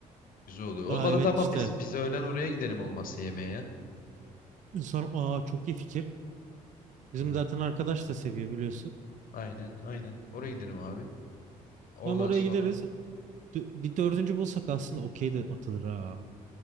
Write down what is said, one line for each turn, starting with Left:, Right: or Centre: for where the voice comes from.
Left: Güzel oluyor.
Right: Aa
Left: Olmadı
Right: evet
Left: tamam
Right: işte.
Left: biz biz öğlen oraya gidelim olmazsa yemeğe ya.
Right: İnsan aa çok iyi fikir. Bizim
Left: Yani
Right: zaten arkadaş da seviyor biliyorsun.
Left: aynen aynen. Oraya gidelim abi. Oradan
Right: Hem oraya
Left: sonra
Right: gideriz. Dö- Bir dördüncü bulsak aslında okey de atılır ha.